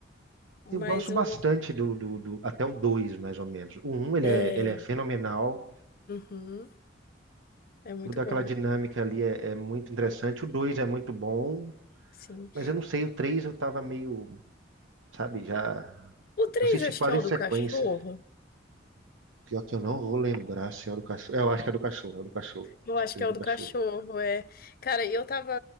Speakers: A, on the left (about 50°); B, on the right (about 85°).
A: Mas
B: Eu gosto
A: o,
B: bastante do, do, do- até o dois, mais ou menos. O um, ele
A: É,
B: é, ele é fenomenal.
A: uhum, é muito
B: Toda
A: bom,
B: aquela dinâmica ali é, é muito interessante. O dois é muito bom,
A: sim.
B: mas eu não sei, o três eu tava meio, sabe, já.
A: O
B: eu
A: três
B: Assisti
A: acho
B: quase
A: que é o
B: em sequência.
A: do cachorro.
B: Pior que eu não vou lembrar se é o do cachorro. É, Eu acho que é do cachorro, é o do cachorro.
A: Eu
B: Acho
A: acho
B: que o três
A: que é
B: é
A: o
B: do
A: do
B: cachorro.
A: cachorro, é. Cara, eu tava.